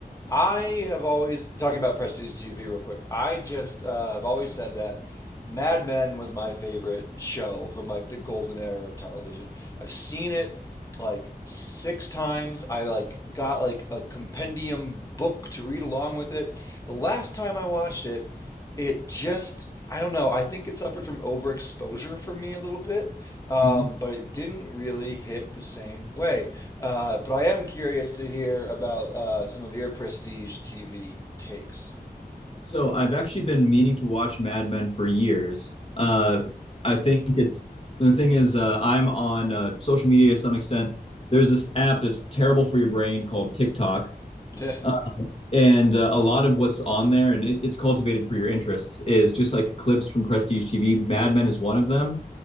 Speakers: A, on the left; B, on the left.
A: I have always talking about prestige TV real quick. I just uh, have always said that Mad Men was my favorite show from like the golden era of television. I've seen it like six times. I like got like a compendium book to read along with it. The last time I watched it, it just I don't know. I think it suffered from overexposure for me a little bit, um,
B: Mhm.
A: but it didn't really hit the same way. Uh, but I am curious to hear about uh, some of your prestige TV takes.
B: So I've actually been meaning to watch Mad Men for years. Uh,
A: Mm.
B: I think it's the thing is uh, I'm on uh, social media to some extent. There's this app that's terrible for your brain called TikTok,
A: Yeah,
B: uh, and uh, a lot of what's on there and it, it's cultivated for your interests is just like clips from prestige TV. Mad Men is one of them.